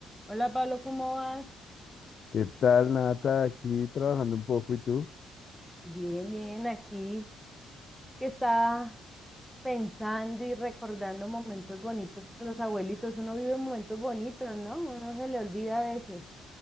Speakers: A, in the centre; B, on the left.
A: Hola Pablo, ¿cómo vas?
B: ¿Qué tal, Nata? Aquí trabajando un poco, ¿y tú?
A: Bien, bien, aquí que está pensando y recordando momentos bonitos con los abuelitos. Uno vive momentos bonitos, ¿no? Uno se le olvida a veces.